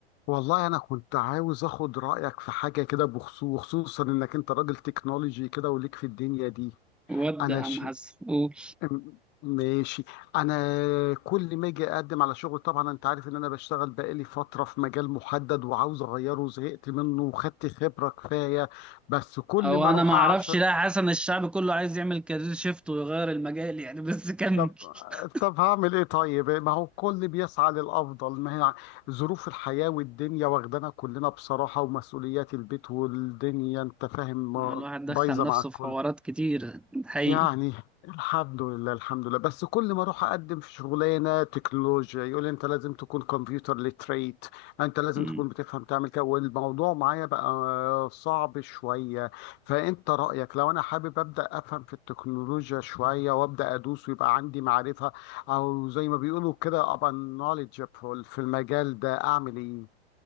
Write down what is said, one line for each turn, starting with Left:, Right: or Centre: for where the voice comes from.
Left: والله انا كنت عاوز اخد رايك في حاجه كده بخصوص وخصوصا انك انت راجل تكنولوجي كده وليك في الدنيا دي
Centre: ود
Left: انا
Centre: يا عم
Left: ش...
Centre: حسن قول
Left: م- ماشي انا كل ما اجي اقدم على شغل طبعا انت عارف ان انا بشتغل بقالي فتره في مجال محدد وعاوز اغيره وزهقت منه وخدت خبره كفايه بس كل
Centre: او
Left: ما
Centre: انا
Left: اروح
Centre: ما اعرفش
Left: عشان
Centre: لا حسن الشعب كله عايز يعمل كارير شيفت ويغير المجال يعني بس كمل
Left: طب
Centre: <laughs>
Left: طب هعمل ايه طيب ما هو الكل بيسعى للافضل ما هي ع- ظروف الحياه والدنيا واخدانا كلنا بصراحه ومسؤوليات البيت والدنيا انت فاهم ما-
Centre: الواحد دخل
Left: بايظه
Centre: نفسه
Left: مع الكل
Centre: في حوارات كتير حقيقي
Left: يعني الحمد لله الحمد لله بس كل ما اروح اقدم في شغلانه تكنولوجيا يقول لي انت لازم تكون كمبيوتر ليتريت انت لازم
Centre: مم.
Left: تكون بتفهم تعمل كده والموضوع معايا بقى صعب شويه فانت رايك لو انا حابب ابدا افهم في التكنولوجيا شويه وابدا ادوس ويبقى عندي معرفه او زي ما بيقولوا كده ابقى knowledgeable في المجال ده اعمل ايه